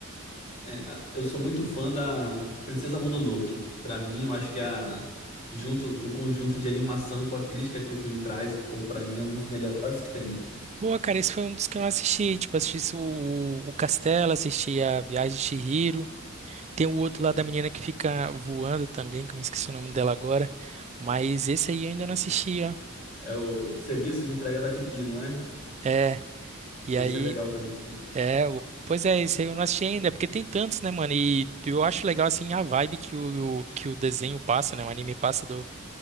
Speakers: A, on the left; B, on the right.
A: é, é, a- eu sou muito fã da Princesa Mononoke. Pra mim, eu acho que a junto o conjunto de animação com a crítica que o filme traz, pô, para mim é um dos melhores que tem.
B: Pô, cara, esse foi um dos que eu não assisti, tipo, assisti o, o Castelo, assisti a Viagem de Chihiro, Tem o outro lá da menina que fica voando também, que eu me esqueci o nome dela agora. Mas esse aí eu ainda não assisti, ó.
A: É o serviço de entrega da Kiki, não é?
B: É, e
A: Esse
B: aí,
A: é legal também.
B: é, o- pois é, esse aí eu não assisti ainda, porque tem tantos, né, mano? E eu acho legal, assim, a vibe que o, que o desenho passa, né? O anime passa do-